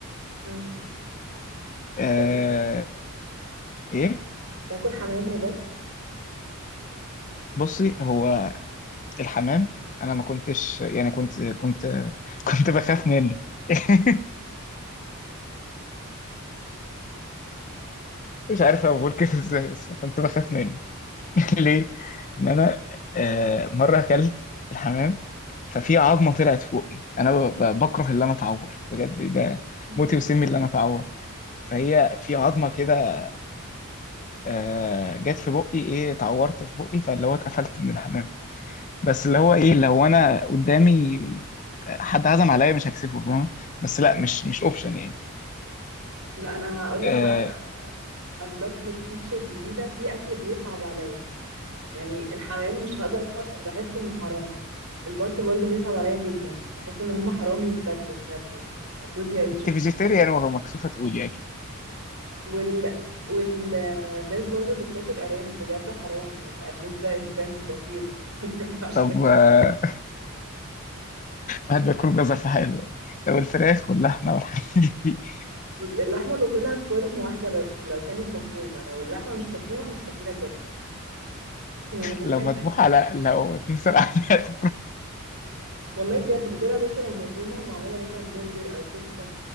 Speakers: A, on the right; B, on the left.
A: مم.
B: آه
A: انت بتاكل
B: ايه
A: تاكل حمام وبط
B: بصي هو الحمام انا ما كنتش يعني كنت كنت <laughs> كنت بخاف منه <laughs> مش عارف اقول كده ازاي بس كنت بخاف منه <laughs> ليه ان انا آه مره اكلت الحمام ففي عظمه طلعت فوقي انا ب- ب- بكره اللي انا اتعور بجد ده
A: مم.
B: موتي وسمي اللي انا اتعور فهي في عظمه كده آه، جت في بقي ايه اتعورت في بقي فاللي هو اتقفلت من الحمام بس اللي هو ايه لو انا قدامي حد عزم عليا مش هكسفه فاهم بس لا مش مش اوبشن يعني
A: لا انا هقول لك
B: آه،
A: بقى انلوك لفيتشر جديدة في اكل بيصعب عليا يعني الحمام مش هقدر اكله عشان بحس انه حرام البط برضو بيصعب عليا جدا يعني بحس ان هم حرام يتاكلوا بجد يعني المفروض يعيشوا
B: انت فيجيتيريان وهو مكسوفه تقول يعني
A: وال والناس برضو اللي بتاكل ارانب بجد حرام يعني الارنوب ده انسان بسيط <laughs> يعني ما ينفعش
B: طب
A: تاكل.
B: آه، واحد بياكل جزر في حاله يعني، لو الفراخ واللحمه والحاجات <laughs> دي
A: بص اللحمه باكلها بفورم واحده بس لو كانت مفرومه لو اللحمه مش مفرومه مستحيل اكلها يعني ممكن
B: لو مذبوحه لا لو اتمسك <laughs>
A: والله بجد باكلها بس لو مفرومه معموله مثلا برجر او كفته